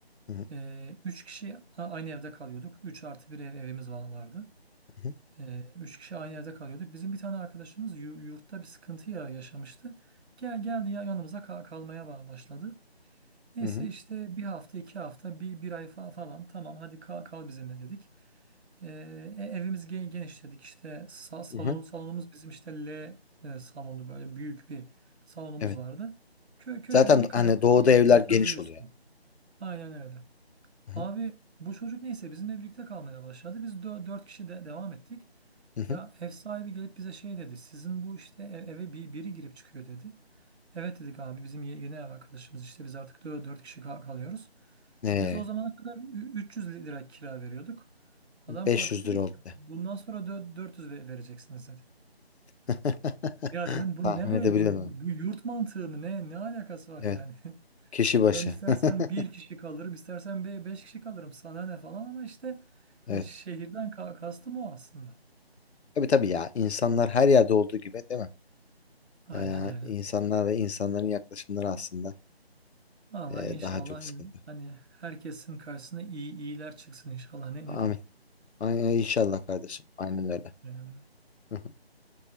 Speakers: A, on the left; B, on the right.
A: hı,
B: Ee, üç kişi a- aynı evde kalıyorduk. Üç artı bir ev, evimiz va- vardı.
A: hı hı,
B: Ee, üç kişi aynı evde kalıyorduk. Bizim bir tane arkadaşımız yu- yurtta bir sıkıntı ya yaşamıştı. Gel geldi ya yanımıza ka- kalmaya ba- başladı. Neyse
A: hı hı.
B: işte bir hafta, iki hafta, bir, bir ay fa- falan tamam hadi kal, kal bizimle dedik. Ee, e- evimiz gen- geniş dedik işte sa- salon,
A: hı hı.
B: salonumuz bizim işte L e, salondu böyle büyük bir salonumuz
A: Evet.
B: vardı. Kö köşede
A: Zaten
B: bir kanepede
A: hani doğuda
B: ya-
A: evler
B: yatar
A: geniş
B: uyursun.
A: oluyor.
B: Aynen öyle.
A: Hı
B: Abi
A: hı,
B: bu çocuk neyse bizimle birlikte kalmaya başladı. Biz dö- dört kişi de devam ettik.
A: hı hı.
B: Ya ev sahibi gelip bize şey dedi. Sizin bu işte ev- eve bir, biri girip çıkıyor dedi. Evet dedik abi bizim ye- yeni ev arkadaşımız işte biz artık dö- dört kişi kal- kalıyoruz.
A: Ee,
B: Biz o zamana kadar ü- 300 lira kira veriyorduk. Adam
A: 500
B: kalkıp dedi
A: lira
B: ki
A: oldu. de.
B: bundan sonra dö- 400 ve- vereceksiniz dedi.
A: <laughs>
B: Ya dedim bu
A: Tahmin
B: ne böyle
A: edebiliyorum.
B: bu,
A: onu.
B: bu yurt mantığı mı ne ne alakası var
A: Evet.
B: yani? <laughs>
A: Kişi başı.
B: Ben istersen
A: <laughs>
B: bir kişi kalırım, istersen be- beş kişi kalırım. Sana ne falan ama işte hani
A: Evet.
B: şehirden ka- kastım o aslında.
A: Tabii tabii ya. İnsanlar her yerde olduğu gibi değil mi?
B: Aynen
A: Ee,
B: öyle.
A: insanlar ve insanların yaklaşımları aslında
B: Valla
A: ee,
B: inşallah
A: daha çok sıkıntı.
B: hani herkesin karşısına iyi iyiler çıksın inşallah. Ne
A: Amin.
B: ne diyeyim?
A: Ay, ay, inşallah kardeşim. Aynen öyle.
B: Yani
A: <laughs>